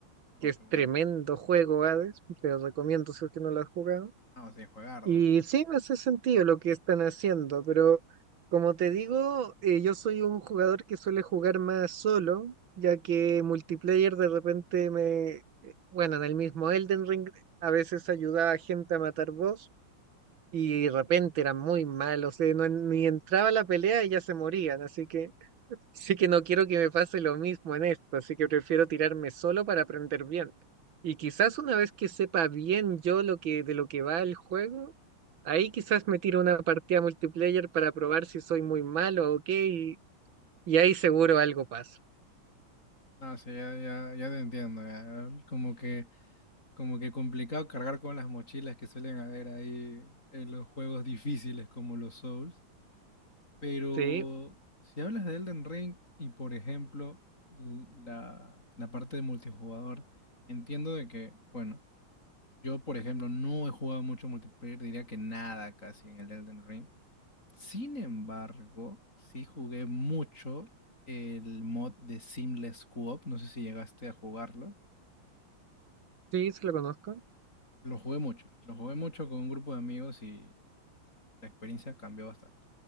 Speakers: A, on the left (about 35°); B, on the right (about 65°).
A: Oh,
B: que es
A: qué bueno.
B: tremendo juego Hades, te lo recomiendo si es que no lo has jugado.
A: No, sí, juegardo.
B: Y sí, me hace sentido lo que están haciendo, pero como te digo, eh, yo soy un jugador que suele jugar más solo, ya que multiplayer de repente me... Bueno, en el mismo Elden Ring a veces ayudaba a gente a matar boss y de repente eran muy malos, eh, no- ni entraba a la pelea y ya se morían, así que... Sí que no quiero que me pase lo mismo en esto, así que prefiero tirarme solo para aprender bien. Y quizás una vez que sepa bien yo lo que de lo que va el juego, ahí quizás me tiro una partida multiplayer para probar si soy muy malo o qué, y, y ahí seguro algo pasa.
A: No, sí, ya, ya, ya te entiendo. ya. Como que, como que complicado cargar con las mochilas que suelen haber ahí en los juegos difíciles como los Souls. Pero
B: Sí,
A: si hablas de Elden Ring y por ejemplo l- la, la parte de multijugador, entiendo de que, bueno, yo por ejemplo no he jugado mucho multiplayer, diría que nada casi en el Elden Ring. Sin embargo, sí jugué mucho el mod de Seamless Co-op, no sé si llegaste a jugarlo.
B: sí, sí lo conozco.
A: Lo jugué mucho, lo jugué mucho con un grupo de amigos y la experiencia cambió bastante.